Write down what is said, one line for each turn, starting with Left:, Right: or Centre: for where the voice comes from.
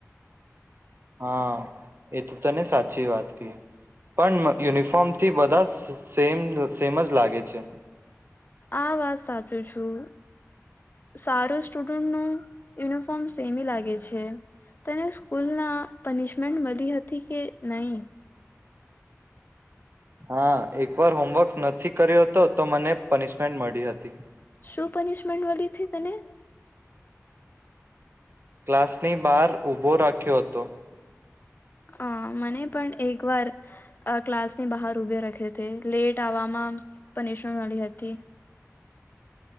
Right: હા એ તો તને સાચી વાત ક પણ યુનિફોર્મ થી બધા સેમ સેમ જ લાગે છે.
Left: આ વાત સાચું છું સારું સ્ટુડન્ટ નુ યુનિફોર્મ સેમી લાગે છે તને સ્કૂલ ના પનિશમેન્ટ મળી હતી કે નહી.
Right: હા એકવાર હોમવર્ક નથી કર્યો હતો તો મને પનિશમેન્ટ મળી હતી.
Left: શુ પનિશમેન્ટ મળીથી તને.
Right: ક્લાસની બહાર ઊભો રાખ્યો હતો
Left: અ મને પણ એક વાર ક્લાસની બહાર ઉભે રાખે હતી લેટ આવવામાં. પુનિશમેન્ટ મ ળી હતી.